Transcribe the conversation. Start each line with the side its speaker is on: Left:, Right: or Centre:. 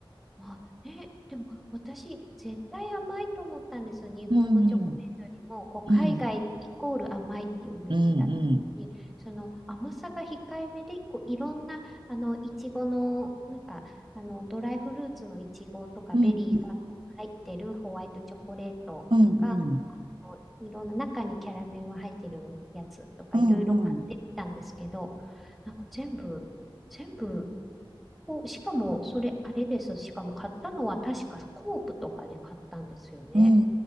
Centre: あ、ね、でも私、絶対甘いと思ったんですよ。日本のチョコレートよりも、
Right: うんうん。
Centre: こう、海外イコール甘いっていうイメージだったのに、
Right: うん。うんうん。
Centre: その甘さが控えめで、こう、いろんな、あの、いちごの、なんか、あの、ドライフルーツのいちごとか、
Right: うんうん。
Centre: ベリーがこう入ってるホワイトチョコレートとか、
Right: うんうん。
Centre: こういろんな中にキャラメルが入ってるやつとか、
Right: うんうん。
Centre: いろいろ買ってみたんですけど、なんか全部、全部、もうしかも、それ、あれです。しかも買ったのは確かコープとかで買ったんですよね。
Right: うんう